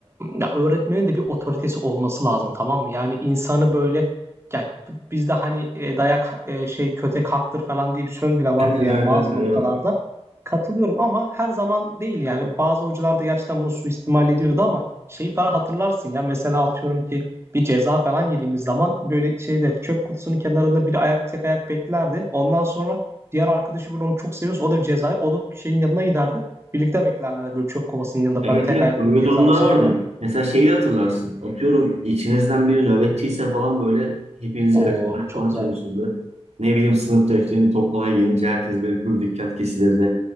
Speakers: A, on the right (about 25°); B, on the right (about 80°).
A: ya öğretmenin de bir otoritesi olması lazım tamam mı? Yani insanı böyle ya bizde hani e, dayak e, şey kötek haktır falan diye bir söz bile vardır
B: Evet,
A: yani
B: evet,
A: bazı
B: evet. doğru.
A: noktalarda. Katılıyorum ama her zaman değil yani bazı hocalar da gerçekten bunu suistimal ediyordu ama şeyi falan hatırlarsın ya mesela atıyorum ki bir ceza falan yediğimiz zaman böyle şeyde çöp kutusunun kenarında bir ayak tek ayak beklerdi. Ondan sonra diğer arkadaşı böyle onu çok seviyorsa o da bir ceza yer. O da şeyin yanına giderdi. Birlikte beklerlerdi böyle çöp kovasının yanında
B: Evet,
A: falan tek
B: evet, evet,
A: ayak
B: böyle
A: böyle ceza
B: durumlar
A: olsun
B: vardı.
A: falan.
B: Mesela şeyi de hatırlarsın. Atıyorum içinizden biri nöbetçiyse falan böyle hepinizi
A: Oo
B: kaçırmaya
A: çok
B: falan
A: güzel.
B: çalışırdı. Ne bileyim sınıf defterini toplamaya gelince herkes böyle pür dikkat kesilirdi.